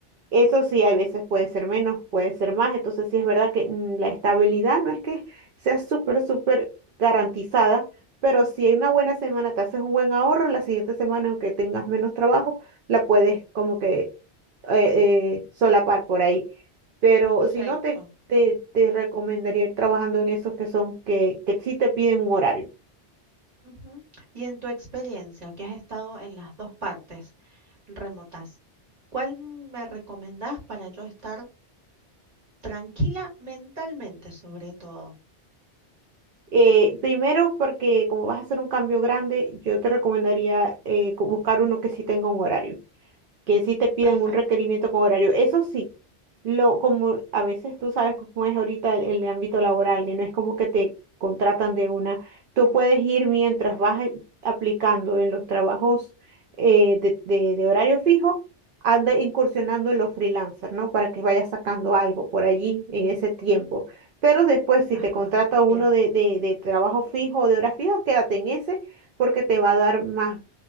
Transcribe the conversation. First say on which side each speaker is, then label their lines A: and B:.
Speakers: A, on the right (about 60°); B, on the right (about 35°).
A: Eso sí, hay veces pueden ser menos, pueden ser más, entonces sí es verdad que mm, la estabilidad no es que sea súper, súper garantizada, pero si hay una buena semana, te haces un buen ahorro, la siguiente semana, aunque tengas menos trabajo, la puedes como que eh, eh, solapar por ahí. Pero
B: perfecto.
A: si no, te, te, te recomendaría ir trabajando en esos que son, que, que sí te piden un horario.
B: Ujú. Y en tu experiencia, que has estado en las dos partes remotas, ¿cuál me recomendás para yo estar tranquila mentalmente sobre todo?
A: Eh, primero, porque como vas a hacer un cambio grande, yo te recomendaría eh, co- buscar uno que sí tenga un horario que sí te pidan
B: Perfecto.
A: un requerimiento con horario. Eso sí, lo, como a veces tú sabes cómo es ahorita el, el ámbito laboral, que no es como que te contratan de una. Tú puedes ir mientras vas eh, aplicando en los trabajos eh, de, de- de horario fijo, anda incursionando en los freelancers, ¿no? Para que vayas sacando algo por allí en ese tiempo. Pero después, si
B: Ajá,
A: te contrata
B: bien.
A: uno de, de, de trabajo fijo o de hora fija, quédate en ese porque te va a dar más,